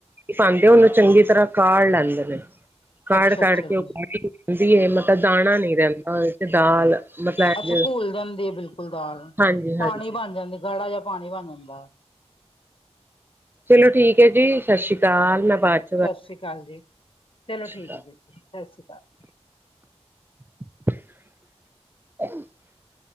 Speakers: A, on the right (about 20°); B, on the left (about 50°).
A: ਪਾਉਂਦੇ ਉਹਨੂੰ ਚੰਗੀ ਤਰ੍ਹਾਂ ਕਾੜ ਲੈਂਦੇ ਨੇ, ਕਾੜ
B: ਅੱਛਾ
A: ਕਾਢ
B: ਅੱਛਾ
A: ਕੇ ਉਹ।
B: ਜੀ
A: ਕਿੰਜਦੀ ਐ, ਮਤਲਬ ਦਾਣਾ ਨੀ ਰਹਿੰਦਾ ਉਹਦੇ ਚ, ਦਾਲ। ਮਤਲਬ
B: ਅੱਛਾ
A: ਐ
B: ਘੁਲ ਜਾਂਦੀ ਏ ਬਿਲਕੁਲ ਦਾਲ,
A: ਹਾਂਜੀ
B: ਪਾਣੀ
A: ਹਾਂਜੀ
B: ਬਣ ਜਾਂਦੀ ਗਾੜਾ ਜਿਹਾ ਪਾਣੀ ਬਣ ਜਾਂਦਾ।
A: ਚਲੋ ਠੀਕ ਹੈ ਜੀ, ਸਤਿ ਸ਼੍ਰੀ ਅਕਾਲ, ਮੈਂ ਬਾਦ।
B: ਸਤਿ ਸ਼੍ਰੀ ਅਕਾਲ ਜੀ, ਚਲੋ ਠੀਕ
A: ਅਕਾਲ
B: ਹੈ ਜੀ, ਸਤਿ ਸ਼੍ਰੀ ਅਕਾਲ।
A: <unintelligible>